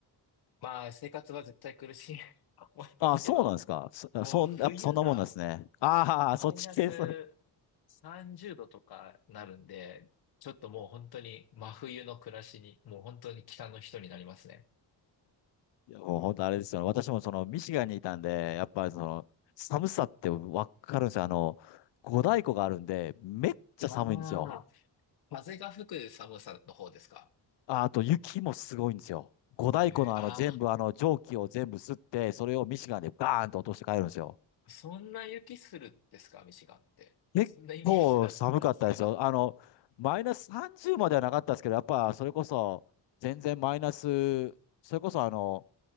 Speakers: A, on the left; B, on the left.
A: まあ、生活は絶対苦しい <laughs> と思いますけど、
B: あ、そうなんですか。そ、
A: もう冬が
B: そん、やっぱそんなもんなんですね。ああ、
A: マイナス30度とかなるんで、
B: そっち系です。い
A: ちょっともう本当に真冬の暮らしに、もう本当に北の人になりますね。
B: や、もう本当あれですよ。私もその、ミシガンにいたんで、やっぱりその、寒さってわかるんですよ。あの、五大湖があるんで、めっちゃ寒いんですよ。
A: ああ、風が吹く寒さの方ですか。
B: あ、あと雪もすごいんですよ。五大湖のあの全部、
A: えー、あ
B: あの蒸気を全部吸って、それをミシガンでバーンと落として帰るんですよ。
A: そんな雪するんですか、ミシガンって。
B: 結構寒かったですよ。
A: そんなイメージなかったんですけど。
B: あの、マイナス30まではなかったですけど、やっぱそれこそ全然マイナス、それこそあの、